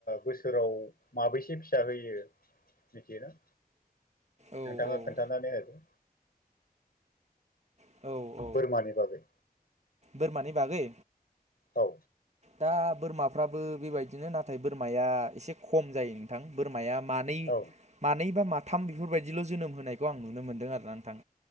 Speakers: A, on the left; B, on the right.
A: बोसोराव माबैसे फिसा होयो मिथियोना?
B: औ
A: नोंथाङा
B: औ
A: खोन्थानानै होदो।
B: औ औ
A: बोरमानि बागै।
B: बोरमानि बागै?
A: औ।
B: दा बोरमाफ्राबो बेबायदिनो नाथाय बोरमाया एसे खम जायो नोंथां। बोरमाया मानै
A: औ
B: मानै बा मा थाम बेफोरबायदिल' जोनोम होनायखौ आं नुनो मोन्दों आरोना नोंथां।